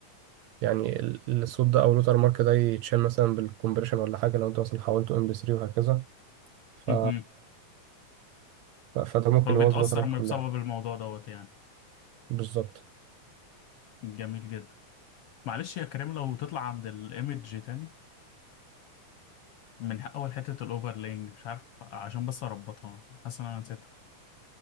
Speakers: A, on the right; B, on the left.
A: يعني ال- الصوت ده او اللوتر مارك ده يتشال مثلا بالكمبريشن ولا حاجه لو انت مثلا حولته ام بي 3 وهكذا ف...
B: مهم.
A: ف... فده ممكن
B: فبتأثر
A: يبوظ اللوتر مارك
B: من-
A: كلها
B: بسبب الموضوع دوت يعني
A: بالظبط
B: جميل جدا معلش يا كريم لو تطلع عند الإيمج تاني من ح- أول حتة الأوفرلينج مش عارف عشان بس أربطها حاسس إن أنا نسيتها